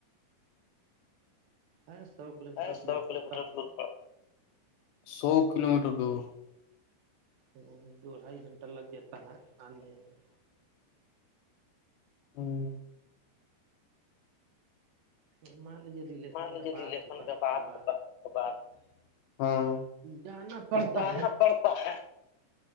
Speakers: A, on the right (about 70°); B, on the left (about 85°).
A: ہاں سو کلو میٹر
B: ہسب
A: دور
B: کے
A: پڑتا
B: فٹر بول سو کلو میٹر دور
A: تو دو ڈھائی گھنٹہ لگ جاتا ہے آنے میں
B: ہاں
A: <inaudible>
B: لیجے
A: کا بات
B: ریشن
A: ہوتا ہے
B: کا بات بات ہاں
A: جانا پڑتا
B: جانا
A: ہے
B: پڑتا ہے